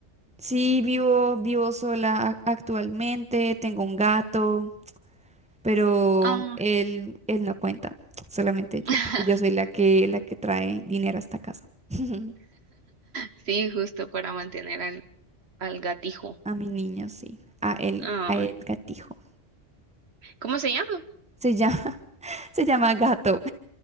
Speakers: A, in the centre; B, on the right.
A: sí, vivo, vivo sola a- actualmente, tengo un gato, pero
B: Ah.
A: él, él no cuenta, solamente yo,
B: <laughs>
A: porque yo soy la que, la que trae dinero a esta casa. <laughs>
B: Sí, justo para mantener al, al gatijo.
A: A mi niño, sí, a él,
B: Ah,
A: a él gatijo.
B: ¿cómo se llama?
A: Se llama, <laughs> se llama gato.